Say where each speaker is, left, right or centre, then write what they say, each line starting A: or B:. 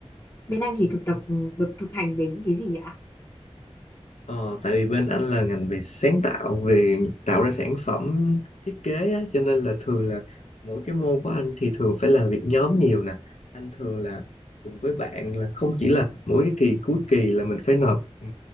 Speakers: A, on the left (about 30°); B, on the left (about 85°).
A: Bên anh thì thực tập ừ, được thực hành về những cái gì ạ?
B: Ờ, tại vì bên anh là ngành về sáng tạo về tạo ra sản phẩm thiết kế á, cho nên là thường là mỗi cái môn của anh thì thường phải làm việc nhóm nhiều nè anh thường là cùng với bạn là không chỉ là mỗi cái kỳ cuối kỳ là mình phải nộp ừ,